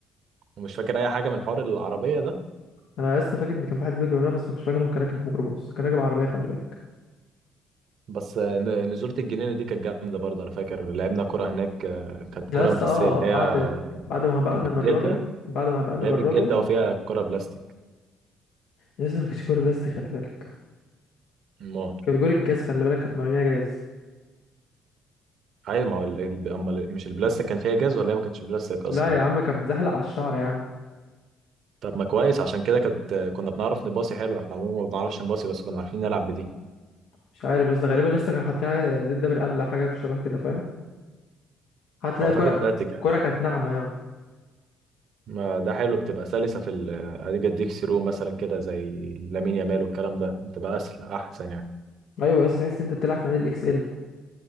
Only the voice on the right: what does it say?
ومش فاكر اي حاجة من حوار العربية ده
بس آه، ن- نزولة الجنينة دي كانت جامدة برضه أنا فاكر لعبنا كرة هناك آه، كانت
كرة
مفسية
اللي
هي
كانت
بالجلدة
اللي
هي بالجلدة
وفيها كرة بلاستيك
ما
أيوة ما هو ال- ال- أما ال- مش البلاستيك كان فيها جاز ولا هي ما كانتش بلاستيك أصلا
طب ما كويس عشان كده كانت آه، كنا بنعرف نباصي حلو إحنا عموما ما بنعرفش نباصي بس كنا عارفين نلعب بدي
أعتقد
فاتيكا
ما ده حلو بتبقى سلسة في ال آه، أديك أديك ثرو مثلا كده زي لامين يامال والكلام ده بتبقى أسهل أحسن يعني